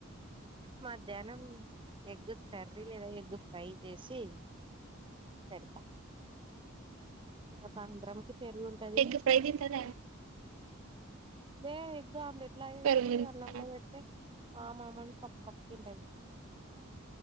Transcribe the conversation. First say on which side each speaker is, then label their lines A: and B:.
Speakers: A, on the right; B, on the right.
A: మాధ్యాహ్నం ఎగ్ కర్రీ లేదా ఎగ్ ఫ్రై చేసి పెడత ఇంగ సాయంత్రంకి పెరుగు ఉంటది
B: ఎగ్ ఫ్రై దింతటా
A: ఏ ఎగ్ ఆమ్లెట్లా ఏసి
B: పెరుగు తినిపిస్తదా
A: అన్నంలో పెడితే ఆ మామని కప్పు కప్పు తింటది